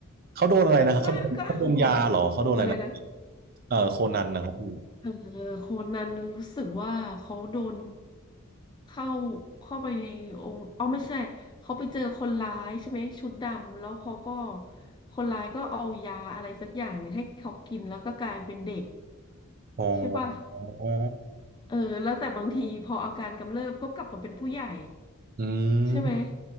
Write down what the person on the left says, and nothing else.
ก็ก็อ่านหมดอะไรนะ
เออโคนันรู้สึกว่าเขาโดนเข้าเข้าไปในองค์อ๋อไม่ใช่เขาไปเจอคนร้ายใช่ไหมชุดดำแล้วเขาก็คนร้ายก็เอายาอะไรสักอย่างหนึ่งให้เขากินแล้วก็กลายเป็นเด็ก
ใช่ป่ะ
เออแล้วแต่บางทีพออาการกำเริบก็กลับมาเป็นผู้ใหญ่
ใช่ไหม